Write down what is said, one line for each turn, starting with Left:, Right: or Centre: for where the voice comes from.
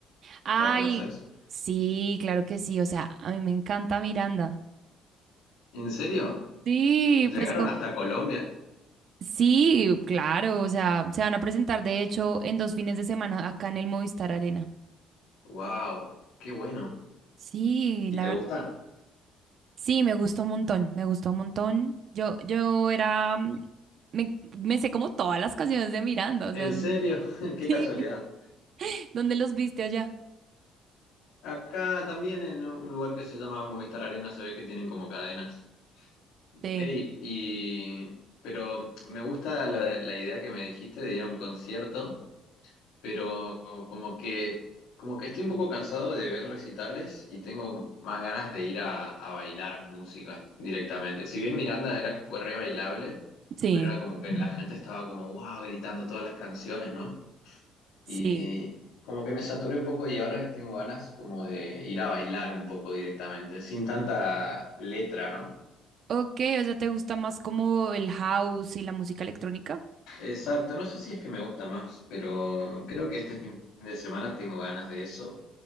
Right: Ay,
Left: ¿La conoces?
Right: sí, claro que sí. O sea, a mí me encanta Miranda.
Left: ¿En serio?
Right: Sí,
Left: ¿Llegaron
Right: pues como...
Left: hasta Colombia?
Right: Sí, claro. O sea, se van a presentar de hecho en dos fines de semana acá en el Movistar Arena.
Left: ¡Wow! ¡Qué bueno!
Right: Sí,
Left: ¿Y
Right: la
Left: te gusta?
Right: verdad. Sí, me gustó un montón, me gustó un montón. Yo, yo era, mm, me, me sé como todas las canciones de Miranda, o
Left: ¿En
Right: sea, es
Left: serio?
Right: un-
Left: <laughs>
Right: <laughs>
Left: ¡Qué
Right: sí,
Left: casualidad!
Right: ¿dónde los viste allá?
Left: Acá también en un lugar que se llama Movistar Arena se ve que tienen como cadenas.
Right: Sí,
Left: Ey, y pero me gusta lo de- la idea que me dijiste de ir a un concierto, pero como que como que estoy un poco cansado de ver recitales y tengo más ganas de ir a, a bailar música directamente. Si bien Miranda era, fue re bailable,
Right: sí,
Left: pero era como que la gente estaba como wow, gritando todas las canciones, ¿no?
Right: sí.
Left: Y como que me saturé un poco y ahora tengo ganas como de ir a bailar un poco directamente, sin tanta letra, ¿no?
Right: Ok, o sea, ¿te gusta más como el house y la música electrónica?
Left: Exacto, no sé si es que me gusta más, pero creo que este fin de semana tengo ganas de eso.